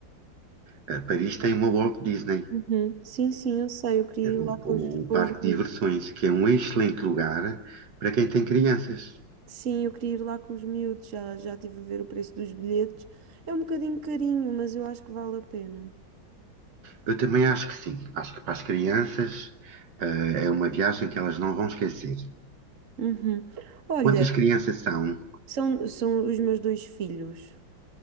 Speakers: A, on the right; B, on the right.
A: Eh, Paris tem uma Walt Disney.
B: Uhum. Sim, sim, eu sei, eu queria
A: Era
B: ir
A: um,
B: lá com
A: o,
B: os,
A: o
B: com
A: parque
B: os miúdos.
A: de diversões, que é um excelente lugar para quem tem crianças.
B: Sim, eu queria ir lá com os miúdos, já, já estive a ver o preço dos bilhetes. É um bocadinho carinho, mas eu acho que vale a pena.
A: Eu também acho que sim. Acho que para as crianças, eh, é uma viagem que elas não vão esquecer.
B: Uhum. Olha,
A: Quantas crianças são?
B: são, são os meus dois filhos.